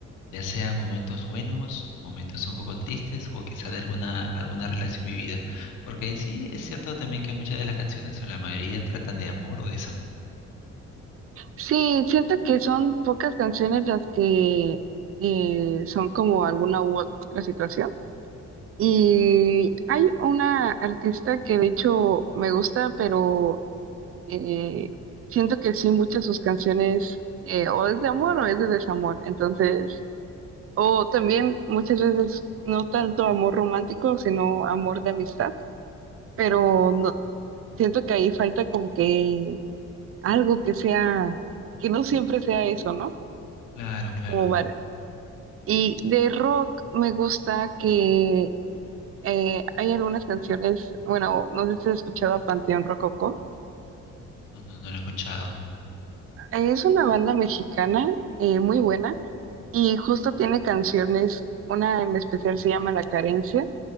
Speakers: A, on the left; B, on the right.
A: ya sea momentos buenos, momentos un poco tristes o quizá de alguna, alguna relación vivida. Porque en sí es cierto también que muchas de las canciones o la mayoría tratan de amor o desamor.
B: Sí, siento que son pocas canciones las que eh, son como alguna u ot- otra situación. Y hay una artista que de hecho me gusta, pero eh, siento que sí, muchas de sus canciones eh, o es de amor o es de desamor. Entonces, o también muchas veces no tanto amor romántico, sino amor de amistad, pero no, Siento que ahí falta como que algo que sea, que no siempre sea eso, ¿no?
A: Claro, claro.
B: Como bar- Y de rock me gusta que eh, hay algunas canciones, bueno, no sé si has escuchado a Panteón Rococó.
A: No, no, no lo he escuchado.
B: Es una banda mexicana eh, muy buena y justo tiene canciones, una en especial se llama La Carencia